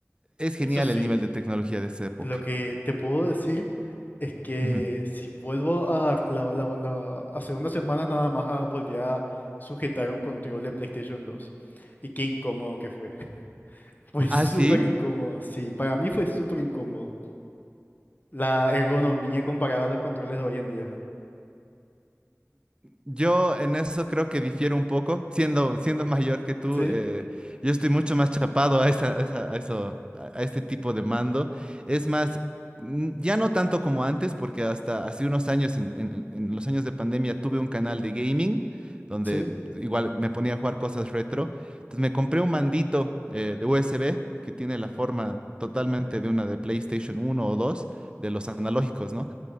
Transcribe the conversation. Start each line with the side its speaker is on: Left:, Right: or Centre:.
Right: es genial
Left: eso sí,
Right: el nivel de tecnología de esa época.
Left: lo que te puedo decir es que
Right: Ujú.
Left: si vuelvo a, la, la- la- hace unas semanas nada más ah, volví a sujetar un control de PlayStation 2. Y qué incómodo que fue. <laughs> Fue súper
Right: Ah, sí.
Left: incómodo, sí, para mí fue súper incómodo. La ergonomía comparada a los controles de hoy en día.
Right: Yo en eso creo que difiero un poco, siendo, siendo mayor que tú,
Left: Sí,
Right: eh, yo estoy mucho más chapado a esa, a esa- a eso, a, a este tipo de mando. Es más, mm, ya no tanto como antes, porque hasta hace unos años, en, en- en- en los años de pandemia, tuve un canal de gaming, donde
Left: sí,
Right: igual me ponía a jugar cosas retro. Entonces me compré un mandito eh, de USB que tiene la forma totalmente de una de PlayStation uno o 2 de los analógicos, ¿no?